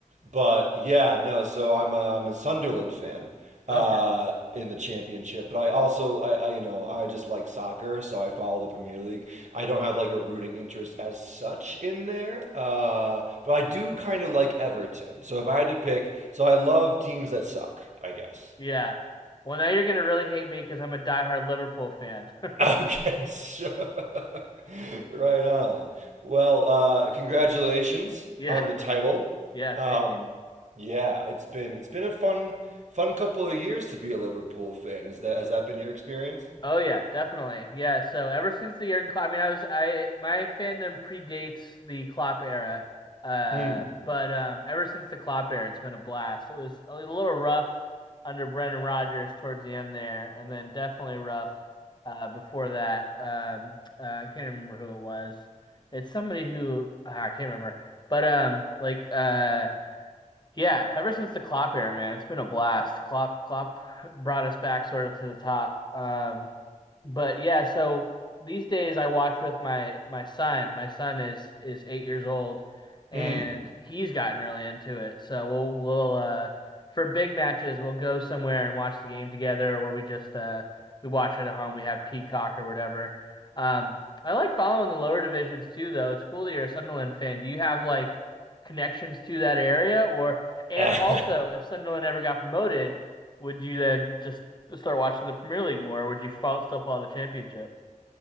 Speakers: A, on the right (about 60°); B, on the left (about 35°).
A: But yeah, no. So I'm a, I'm a Sunderland fan
B: Okay.
A: uh, in the championship, but I also I, I you know I just like soccer, so I follow the Premier League. I don't have like a rooting interest as such in there, uh, but I do kind of like Everton. So if I had to pick, so I love teams that suck, I guess.
B: Yeah. Well, now you're gonna really hate me because I'm a diehard Liverpool fan. <laughs>
A: Okay, sure. <laughs> right on. Well, uh, congratulations
B: Yeah.
A: on the title.
B: Yeah.
A: Um,
B: Thank you.
A: yeah, it's been it's been a fun fun couple of years to be a Liverpool fan. Is that has that been your experience?
B: Oh yeah, definitely. Yeah. So ever since the Jurgen Klopp, I mean, I was I my fandom predates the Klopp era, uh,
A: Mm.
B: but um, ever since the Klopp era, it's been a blast. It was a little rough under Brendan Rodgers towards the end there, and then definitely rough uh, before that. Um, uh, I can't remember who it was. It's somebody who ah, I can't remember, but um, like uh. Yeah, ever since the Klopp era, man, it's been a blast. Klopp Klopp brought us back sort of to the top. Um, but yeah, so these days I watch with my my son. My son is is eight years old, and
A: Mm.
B: he's gotten really into it. So we'll we'll uh for big matches we'll go somewhere and watch the game together, or we just uh we watch it at home. We have Peacock or whatever. Um, I like following the lower divisions too, though. It's cool that you're a Sunderland fan. Do you have like connections to that area or? And
A: <laughs>
B: also, if Sunderland ever got promoted, would you then just start watching the Premier League more, or would you follow, still follow the Championship?